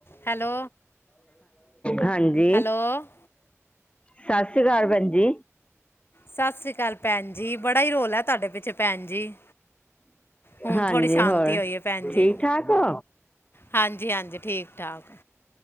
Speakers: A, on the left (about 45°); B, on the left (about 20°).
A: Hello
B: <inaudible> ਹਾਂਜੀ।
A: Hello
B: ਸਤਿ ਸ਼੍ਰੀ ਅਕਾਲ ਭੈਣ ਜੀ।
A: ਸਤਿ ਸ੍ਰੀ ਅਕਾਲ ਭੈਣ ਜੀ ਬੜਾ ਹੀ ਰੋਲਾ ਹੈ। ਤੁਹਾਡੇ ਪਿੱਛੇ ਭੈਣ ਜੀ ਹੁਣ
B: ਹਾਂਜੀ
A: ਥੋੜ੍ਹੀ ਸ਼ਾਂਤੀ
B: ਹੋਰ
A: ਹੋਈ ਹੈ ਭੈਣ ਜੀ।
B: ਠੀਕ ਠਾਕ ਹੋ
A: ਹਾਂਜੀ-ਹਾਂਜੀ ਠੀਕ ਠਾਕ